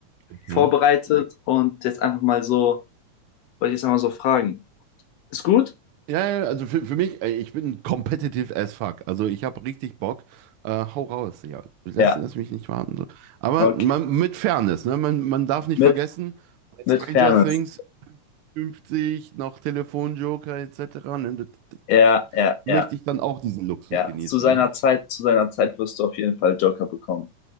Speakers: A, on the right; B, on the left.
A: Okay.
B: vorbereitet und jetzt einfach mal so, wollte ich jetzt einmal so fragen. Ist gut?
A: Ja, ja, also für, für mich, äh, ich bin competitive as fuck. Also ich habe richtig Bock. Äh, hau raus, ja. Lass,
B: Ja,
A: lass mich nicht warten. So. Aber
B: okay.
A: man, mit Fairness, ne? Man, man darf nicht
B: Mit,
A: vergessen, bei Stranger
B: mit Fairness.
A: Things 50, noch Telefonjoker etc. Ne? Das, das,
B: Ja, ja,
A: möchte
B: ja,
A: ich dann auch diesen Luxus
B: ja.
A: genießen,
B: Zu seiner
A: ja?
B: Zeit, zu seiner Zeit wirst du auf jeden Fall Joker bekommen.